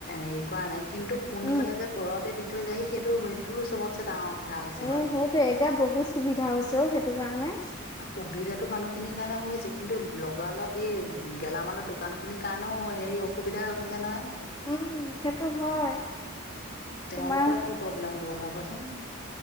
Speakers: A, on the left (about 45°); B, on the left (about 20°).
A: হেৰি কৰা নাই। কিন্তু সোনকালে
B: উম
A: যে ঘৰতে দি। থৈ যায় সেইটো। তোৰ চবছে ডাঙৰ কথা হৈছে
B: এ সেইটোৱে
A: মানে
B: এতিয়া বহুত সুবিধা হৈছেও সেইটো কাৰণে
A: সুবিধাতটো মানুহখিনিৰ কাৰণে হৈছে কিন্তু লগালগ এই গেলামালৰ দোকান খিনিৰ কাৰণেও হেৰি অসুবিধা হৈ গৈছে নহয়
B: উম সেইটো হয়।
A: তেওঁলোকৰ
B: তোমাৰ
A: কি প্ৰব্লেম হ'ব ভাবাচোন?